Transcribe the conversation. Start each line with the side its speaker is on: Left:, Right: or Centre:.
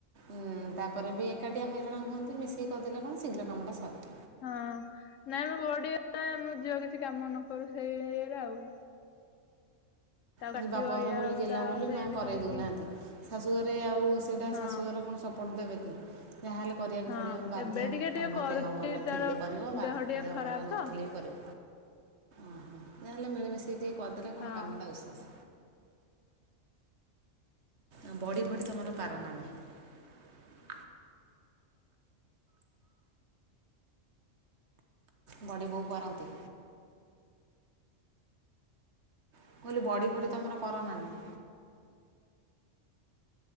Right: ଉଁ ତାପରେ ବି ଏକାଟିଆ ହଇରାଣ ହୁଅନ୍ତି ମିଶିକି କରିଦେଲେ କଣ ଶୀଘ୍ର କାମଟା ସରେ।
Left: ହଁ ନାଇଁ ମୁଁ ବୋଉ ଟିକେ ମେ ଝିଅ କିଛି କାମ ନ କରୁ ସେଇ ଇଏରେ ଆଉ। ତାକୁ କାଟିବ
Right: ଆଜି ବାପଘର
Left: ଇୟା
Right: ବୋଲି
Left: ହବ
Right: ଗେହ୍ଲା
Left: ତା ହବ
Right: ବୋଲି
Left: ସେମିତି
Right: ମା କରେଇ
Left: କହିକି
Right: ଦୋଉନାହାନ୍ତି, ଶାଶୁଘରେ ଆଉ ସେଇଟା
Left: ହଁ।
Right: ଶାଶୁଘର କଣ ସପୋର୍ଟ ଦେବେ? ତ ଯାହାହେଲେ କରିବାକୁ
Left: ହଁ
Right: ପଡ଼ିବ ବାଧ୍ୟ,
Left: ଏବେ ଟିକେ ଟିକେ
Right: ତମ
Left: କରୁଛି
Right: ଦେହ ଭଲ
Left: ତାର
Right: ଥିଲେ କରିବ ବାଦ୍-ଦେହ
Left: ଦେହ ଟିକେ ଖରାପ
Right: ଭଲ
Left: ତ
Right: ନଥିଲେ ବି କରିବ। ଓହୋ ଯାହେଲେ ମିଳିମିଶି କିଏ ଟିକେ କରିଦଲେ କଣ
Left: ହଁ।
Right: କାମଟା ଓସାସ। ଆଁ ବଡି ଫଡି ତମର ପାର ନା ନାଇଁ? ବଡି ବୋଉ ପାରନ୍ତି? ମୁଁ କଇଲି ବଡି ଫଡି ତମର କରନା ନାଁ?